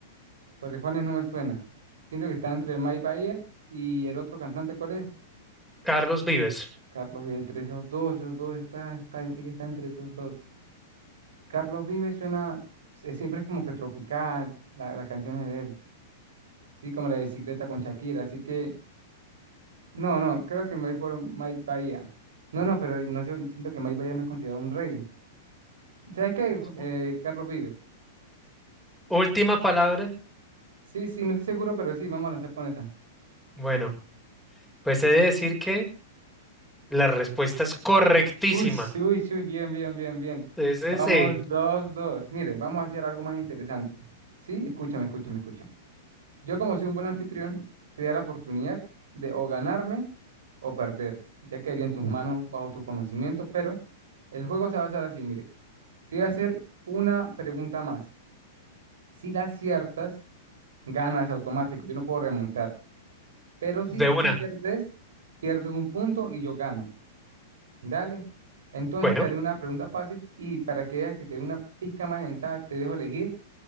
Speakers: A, on the right (about 65°); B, in the centre.
A: porque Juanes no me suena. Siento que está entre Mike Bahía y el otro cantante, ¿cuál es?
B: Carlos Vives.
A: Carlos Vives, entre esos dos, esos dos está, está, yo sé que está entre esos dos. Carlos Vives suena, se- siempre es como que tropical, la- las canciones de él. Sí, como la de bicicleta con Shakira, así que No, no, creo que me voy por Mike Bahía. No, no, pero no sé, siento que Mike Bahía no es considerado un rey. ¿Sabes qué?
B: Ujú.
A: Ju- eh, Carlos Vives.
B: Última palabra.
A: Sí, sí, no estoy seguro, pero sí, vamos a lanzar con esa.
B: Bueno, pues he de decir que la respuesta es correctísima.
A: Uy, uy, uy, bien, bien, bien, bien.
B: Entonces,
A: Vamos,
B: eh,
A: dos, dos. Mire, vamos a hacer algo más interesante. Sí, escúchame, escúchame, escúchame. Yo, como soy un buen anfitrión, te da la oportunidad de o ganarme o perder. Ya quedaría en tus manos bajo tu conocimiento, pero el juego se va a hacer así, mire. Te voy a hacer una pregunta más. Si la aciertas, ganas automático. Yo no puedo remontar. Pero si
B: de
A: pierdes,
B: una.
A: pierdes un punto y yo gano. Dale. Entonces
B: Bueno,
A: te haré una pregunta fácil y para que veas que te dé una pizca más de ventaja, te dejo elegir